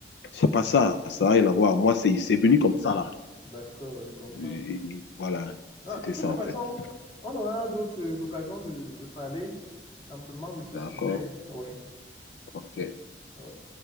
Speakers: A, on the left; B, on the left.
A: c'est pas ça. Ça n'a rien à voir. Moi, c'est, c'est venu comme ça, là.
B: D'accord, je comprends.
A: Et voilà,
B: Ah,
A: c'était
B: de toutes
A: ça
B: les
A: en
B: façons,
A: fait.
B: on aura d'autres occasions de, de parler Amplement de ce
A: D'accord,
B: sujet, oui.
A: ok.
B: oui.